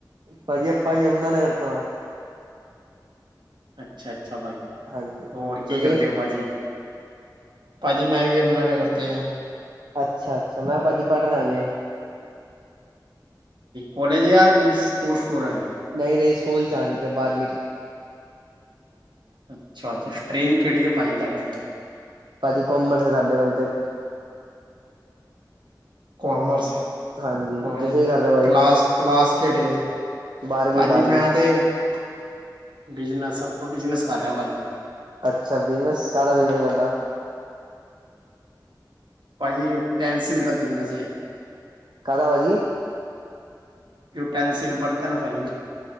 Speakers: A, on the right; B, on the right.
A: ਭਾਜੀ ਆਪਾਂ ਯਮੁਨਾ ਨਗਰ ਤੋਂ ਆਂ
B: ਅੱਛਾ ਅੱਛਾ ਭਾਜੀੀ
A: ਹਾਂਜੀ
B: ਹੋਰ ਕੀ
A: ਤੁਸੀਂ?
B: ਕਰਦੇ ਹੋ ਭਾਜੀ-ਭਾਜੀ ਮੈਂ ਵੀ ਜਮੁਨਾ ਨਗਰ ਤੋਂ ਈ ਆ।
A: ਅੱਛਾ -ਅੱਛਾ ਮੈਂ ਭਾਜੀ ਪੜ ਰਿਹਾ ਆਜੇ।
B: ਕਾਲੇਜ ਜਾਂ ਸਕੂਲ ਸਟੂਡੈਂਟ
A: ਨਹੀਂ -ਨਹੀਂ ਸਕੂਲ 'ਚ ਆ ਅਜੇ ਤਾਂ ਬਾਰਵੀਂ 'ਚ
B: ਅੱਛਾ -ਅੱਛਾ ਸਟਰੀਮ ਕਿਹੜੀ ਏ ਭਾਜੀ ਤੁਹਾਡੇ ਕੋਲ
A: ਭਾਜੀ ਕੋਮਰਸ ਹੈ ਸਾਡੇ ਕੋਲ ਤੇ
B: ਕੋਮਰਸ
A: ਹਾਂਜੀ
B: <unintelligible> ਕੋ <unintelligible>
A: ਤੁਸੀਂ ਕੀ ਕਰ ਰਹੇ ਹੋ ਭਾਜੀ?
B: ਕਲਾਸ ਕਲਾਸ ਕਿਹੜੀ ਹੈ
A: ਬਾਰਵੀਂ,
B: ਭਾਜੀ
A: ਬਾਰਵੀਂ
B: ਮੈਂ ਤੇ <unintelligible> ਬਿਜਨਸ ਆਪਾਂ ਬਿਜਨਸ ਕਰ ਰਹੇ ਆਂ ਭਾਜੀ।
A: ਅੱਛਾ ਬਿਜਨਸ ਕਾਹਦਾ ਬਿਜਨਸ ਤੁਹਾਡਾ
B: ਭਾਜੀ ਟੈਂਸਿਲ ਦਾ ਬਿਜਨਸ ਹੈ।
A: ਕਾਦਾ ਭਾਜੀ।
B: ਯੂਟੈਨਸਿਲ ਬਰਤਨ ਭਾਜੀ